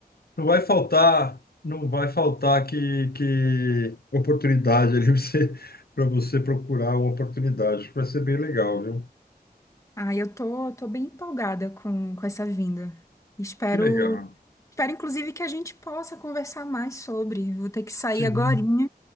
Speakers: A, on the left (about 70°); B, on the left (about 20°).
A: não vai faltar, não vai faltar que, que oportunidade ali <laughs> para você, para você procurar uma oportunidade. Vai ser bem legal, viu?
B: Ah, eu tô, tô bem empolgada com, com essa vinda. Espero,
A: Que legal.
B: espero, inclusive, que a gente possa conversar mais sobre. Vou ter que sair
A: Sim.
B: agorinha,